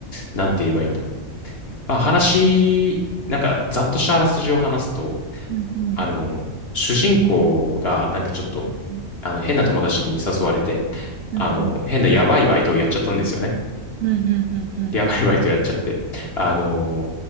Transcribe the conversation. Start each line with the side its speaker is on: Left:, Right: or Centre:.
Left: なんて言えばいいんだろう。まあ、話、なんか、ざっとしたあらすじを話すと、
Right: うん、うん、
Left: あの主人公が、なんかちょっと、
Right: うん、
Left: あの、変な友達に誘われて、
Right: うん、
Left: あの、
Right: うん、
Left: 変なやばいバイトをやっちゃったんですよね。
Right: うん、うんうん。
Left: リアバイバイとやっちゃって、あの